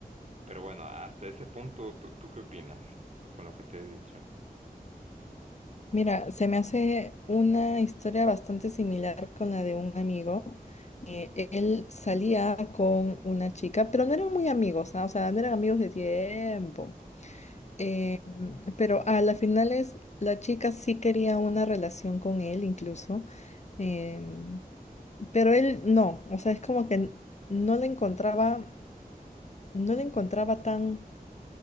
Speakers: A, on the right; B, on the left.
A: pero bueno, hasta ese punto, ¿tú, tú qué opinas con lo que te he dicho?
B: Mira, se me hace una historia bastante similar con la de un amigo. Eh, él salía con una chica, pero no eran muy amigos, ah, O sea, no eran amigos de tiempo. Eh, pero a las finales la chica sí quería una relación con él incluso, em, pero él no, o sea, es como que n- no la encontraba, no la encontraba tan